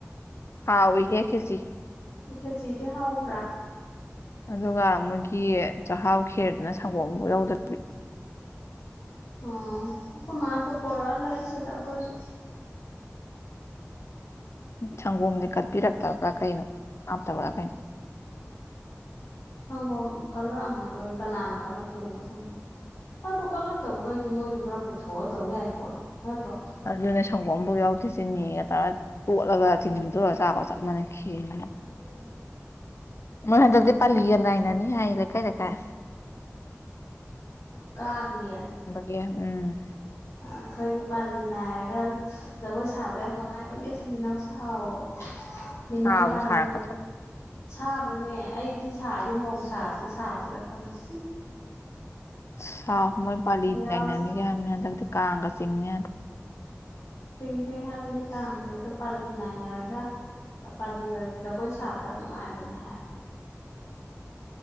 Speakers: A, on the left; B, on the left.
A: ꯍꯥꯎ ꯑꯣꯏ ꯍꯦ ꯈꯁꯤ
B: ꯀꯦꯖꯤꯗꯤ ꯍꯥꯎꯕ꯭ꯔꯥ
A: ꯑꯗꯨꯒ ꯃꯣꯏꯒꯤ ꯆꯍꯥꯎ ꯈꯦꯔꯗꯅ ꯁꯪꯒꯣꯝ ꯑꯃꯐꯥꯎ ꯌꯧꯗ
B: ꯑꯣ ꯑꯩꯈꯣꯏ ꯃꯥ ꯇꯣ ꯄ ꯂꯁꯦꯗ ꯑꯩꯈꯣꯏꯁꯨ
A: ꯁꯪꯒꯣꯝꯁꯦ ꯀꯠꯄꯤꯔꯛꯇꯕ꯭ꯔꯥ ꯀꯩꯅꯣ ꯍꯥꯞꯇꯕ꯭ꯔꯥ ꯀꯩꯅꯣ
B: ꯁꯪꯒꯣꯝ ꯀꯜꯂꯛꯑꯝꯃꯔꯣꯏ ꯀꯅꯥꯅ ꯀꯜꯂꯛꯇꯣꯏꯅꯣ ꯁꯪꯒꯣꯝ ꯑꯗꯨ ꯀꯜꯂꯛꯇꯕꯈꯩꯗꯤ ꯃꯣꯏꯁꯨ ꯈꯔ ꯄꯨꯊꯣꯛꯑ ꯇꯧ ꯌꯥꯏ ꯄꯣꯠꯅꯤ ꯅꯠꯇ꯭ꯔꯣ
A: ꯑꯗꯨꯅꯦ ꯁꯪꯒꯣꯝ ꯑꯃꯐꯥꯎ ꯌꯥꯎꯗꯦꯁꯤꯦꯅꯤꯒ ꯇꯥꯒ ꯇꯣꯠꯂꯒ ꯆꯤꯟꯗꯨꯔꯒ ꯆꯥꯛꯔꯒ ꯆꯠ ꯃꯥꯟꯅꯈꯤꯑꯗꯅ
B: ꯀ
A: ꯃ ꯍꯦꯟꯗꯗꯤ ꯄꯜꯜꯂꯤꯤꯒꯂꯥꯏꯅꯅꯤ ꯍꯥꯏ ꯂꯩ ꯀꯥꯏ ꯂꯩ ꯀꯥꯏ
B: ꯀꯥꯡꯒꯌꯥ
A: ꯌꯥ ꯎꯝ
B: ꯑꯩꯈꯣꯏꯒꯤ ꯄꯥꯂꯤ ꯅꯥꯏꯔꯒ ꯖꯒꯣꯏ ꯁꯥꯕꯗ ꯌꯥꯝ ꯅꯨꯡꯉꯥꯏꯕꯅꯦ ꯊꯣꯏꯕꯤꯅꯎ ꯁꯥꯎꯋꯣ ꯅꯤꯡꯉ
A: ꯁꯥꯕꯨ
B: ꯑꯣꯟ ꯄꯥꯔꯂꯒ
A: ꯁꯥꯔꯛꯀꯗ꯭ꯔꯣ
B: ꯁꯥꯕꯅꯦ ꯑꯩꯗꯤ ꯁꯥꯔꯗꯤ ꯃꯧꯁꯗꯤ ꯁꯥꯗ꯭ꯦꯥ ꯈꯪꯗ꯭ꯦ
A: ꯁꯥꯎ ꯃꯣꯏ ꯄꯥꯂꯤ ꯅꯩꯅꯅꯅꯤꯒꯤ
B: ꯌꯥꯎꯁꯦ
A: ꯍꯥꯏꯕꯅꯤ ꯍꯟꯂꯒꯗꯤ ꯀꯥꯡꯒ ꯆꯤꯡꯅꯤ
B: ꯆꯤꯡꯖꯩ ꯍꯥꯏꯕꯅꯤ ꯀꯥꯡꯗꯦ ꯑꯗꯨꯗ ꯄꯥꯂꯤ ꯅꯥꯏꯅꯔꯒ ꯄꯥꯇꯤ ꯑꯣꯏꯔ ꯖꯒꯣꯏ ꯁꯥꯕꯗ ꯌꯥꯝ ꯅꯨꯡꯉꯥꯏꯕꯅꯦ ꯍꯥꯏꯕ